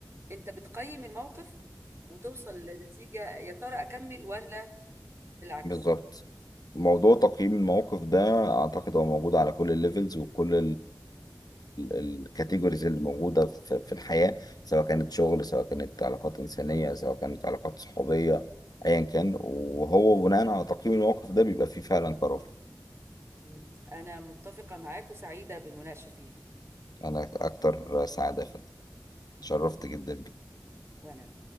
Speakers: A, on the right; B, on the left.
A: انت بتقيم الموقف وتوصل لنتيجة يا ترى اكمل ولا بالعكس
B: بالظبط موضوع تقييم المواقف ده اعتقد هو موجود على كل الليفلز وكل الكاتيجوريز اللي موجوده في في الحياه سواء كانت شغل سواء كانت علاقات انسانيه سواء كانت علاقات صحوبيه ايا كان وهو بناء على تقييم المواقف ده بيبقى فيه فعلا قرار
A: م، انا متفقة معاك وسعيدة بالمناقشة فيه
B: انا اكتر سعاده فانت اتشرفت جدا بيك
A: وانا